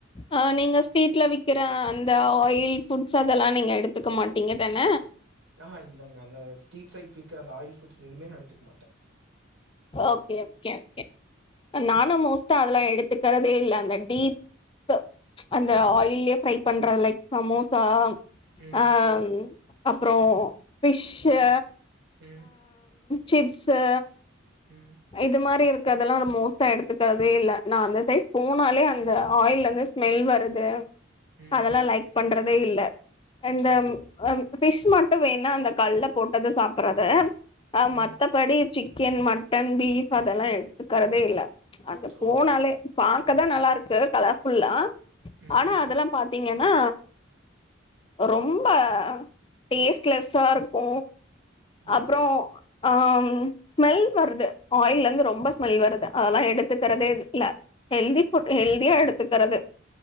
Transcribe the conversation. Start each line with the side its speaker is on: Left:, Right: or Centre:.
Left: ஆ நீங்க ஸ்ட்ரீட்ல விக்கிற அந்த ஆயில் ஃபுட்ஸ் அதெல்லா நீங்க எடுத்துக்க மாட்டீங்க தான
Right: ஆ ஆ இல்லேங்க அந்த ஸ்ட்ரீட் சைட் விக்கிற அந்த ஆயில் ஃபுட்ஸ் எதுமே நா எடுத்துக்மாட்டே
Left: ஓகே ஓகே ஓகே நானு மோஸ்ட்டா அதெல்லா எடுத்துக்கறதே இல்ல அந்த டீ த அந்த ஆயிலயே ஃப்ரை பண்ற லைக் சமோசா
Right: ம்
Left: ஆ அப்புறோ பிஷ்ஷு
Right: ம்
Left: சிப்ஸு
Right: ம்
Left: இது மாரி அதெல்லா மோஸ்ட்டா எடுத்துக்கறதே இல்ல நா அந்த சைட் போனாலே அந்த ஆயில்ல இருந்து ஸ்மெல் வருது
Right: ம்
Left: அதெல்லா லைக் பண்றதே இல்ல இந்த
Right: ஓ
Left: அம் ஃபிஷ் மட்டு வேணா அந்த கல்ல போட்டது சாப்பட்றது அ
Right: ம்
Left: மத்தபடி சிக்கன் மட் டன் பீஃப் அதெல்லா எடுத்துக்கறதே இல்ல அங்க
Right: ஓ
Left: போனாலே பா க்க தா நல்லாருக்கு கலர்ஃபுல்லா
Right: ம்
Left: ஆனா அதெல்லா பாத்தீங்கன்னா ரொம்ப டேஸ்ட்லெஸ்ஸா இருக்கு
Right: எஸ்
Left: அப்புறோ
Right: எஸ்
Left: அம் ஸ்மெல் வருது ஆயில்ல இருந்து ரொம்ப ஸ்மெல் வருது அதெல்லா எடுத்துக்கிறதே இல்ல ஹெல்தி ஃபுட் ஹெல்தியா எடு த்துக்கறது